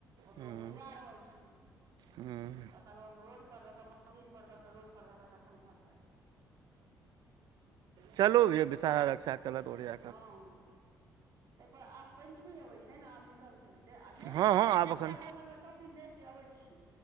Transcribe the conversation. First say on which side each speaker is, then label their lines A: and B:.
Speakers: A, on the right (about 55°); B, on the right (about 75°).
A: ओतऽ
B: हूँ
A: ओ घुरिया रहल छै।
B: हूँ।
A: तखन ओऽ हम रोड पर दऽ कऽ मन्दिर पर दऽ कऽ रोड पर द कऽ तखन घर पर एलियै।
B: चलु यै विषहारा रक्षा केलैथ ओरिया कऽ।
A: हँ, तै पर आब पंचमी अबै छै ने आब निकलतै। आ नहि
B: हँ
A: देखियौ
B: हँ
A: तखन
B: आब एखन
A: तऽ वैह जंगल में सभ दिन जाइ छी अबै छी।